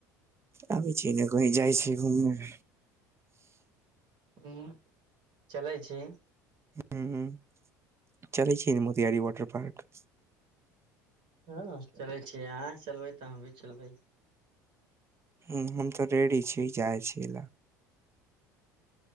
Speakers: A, on the right; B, on the right.
A: आबै छी ने, कहीं जाइ छियै घुमें।
B: उम्म, चलै छी।
A: हुँ-हुँ, चलै छि न मोतियारी वाटर पार्क?
B: हँ, चलै छी, अहाँ चलबै तऽ हम भी चलबै।
A: हूँ, हम तऽ रेडी छीयै जाइ छीयै ला।